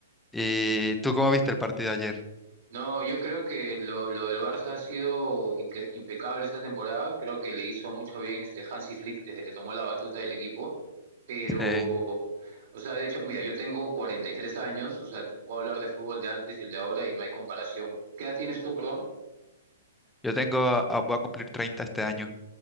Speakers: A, in the centre; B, on the right.
A: ¿Y tú cómo viste el partido ayer?
B: No, yo creo que lo, lo del Barça ha sido inque- impecable esta temporada. Creo que le hizo mucho bien este Hansi Flick desde que tomó la batuta del equipo. Pero,
A: Sí.
B: o sea, de hecho, mira, yo tengo 43 años, o sea, te puedo hablar de fútbol de antes y el de ahora y no hay comparación. ¿Qué edad tienes tú, perdón?
A: Yo tengo, ah, voy a cumplir 30 este año.